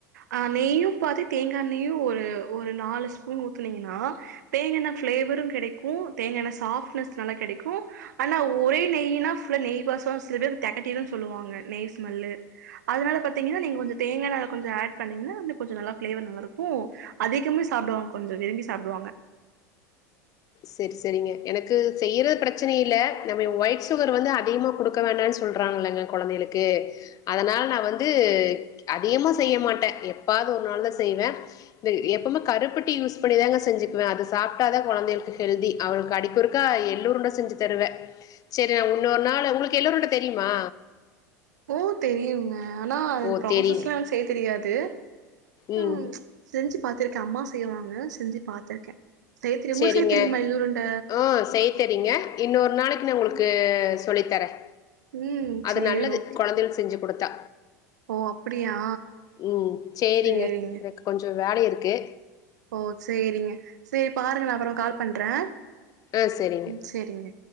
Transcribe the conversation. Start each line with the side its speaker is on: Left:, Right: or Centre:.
Right: அ நெய்யு பாதி தேங்காண்ணெயு ஒரு ஒரு நாலு ஸ்பூன் ஊத்துனீங்கனா தேங்கன ஃப்ளேவரு கெடைக்கு தேங்கன சாப்ட்னஸ் நல்லா கெடைக்கு ஆனா ஒரே நெய் <unintelligible> சில பேருக்கு தெகட்டிரு சொல்லுவாங்க நெய்ஸ்மெல்லு அதனால பத்தீங்கன்னா நீங்க கொஞ்சோ தேங்கான கொஞ்சோ ஆட் பண்ணீங்கன்னா கொஞ்சோ நல்லா ஃபிளேவர் நல்லா இருக்கு அதிகமா சாப்டுவாங்க கொஞ்சோ விரும்பி சாப்டுவாங்க
Left: செரி செரிங்க எனக்கு செய்றத் பிரச்சனை இல்ல நம்மயு ஒய்ட் சுகர் வந்து அதிமா குடுக்க வேணான்னு சொல்றாங்கலங்க கொழந்தைளுக்கு அதனால் நா வந்து அதியமா செய்ய மாட்ட எப்பாது ஒரு நாள் தா செய்வே ந்த எப்பமே கருப்பட்டி யூஸ் பண்ணிதாங்க செஞ்சிக்குவே அது சாப்ட்டா தா கொழந்தைளுக்கு ஹெல்தி அவுளுக்கு அடிக்கொருக்கா எள்ளுருண்ட செஞ்சு தருவே செரி நா உன்னொரு நாளு உங்குளுக்கு எள்ளுருண்ட தெரியுமா
Right: ஓ தெரியுங்க ஆனா அது
Left: ஓ
Right: புரோசஸ்லா
Left: தெரியு
Right: எனக்கு செய்ய தெரியாது
Left: ம்
Right: உம் செஞ்சு பாத் பாத்திருக்கே அம்மா செய்வாங்க செஞ்சு பாத்திருக்கே செய்ய தெரியு உங்களுக்கு
Left: சரிங்க
Right: செய்ய தெரியுமா எள்ளுருண்ட
Left: ஹ செய்ய தெரியங்க இன்னொரு ஒரு நாளைக்கு நா உங்களுக்கு சொல்லி தரேன்
Right: ம்
Left: அது
Right: சேரி
Left: நல்லது
Right: ஓகே
Left: கொழந்தைக செஞ்சு குடுத்தா
Right: ஓ அப்டியா
Left: உம் சரிங்க
Right: சேரிங்க
Left: எனக்கு கொஞ்ச வேல இருக்கு
Right: ஓ சரிங்க சரி பாருங்க நான் அப்புற கால் பண்றே
Left: ஆ சேரிங்க
Right: உம் செரிங்க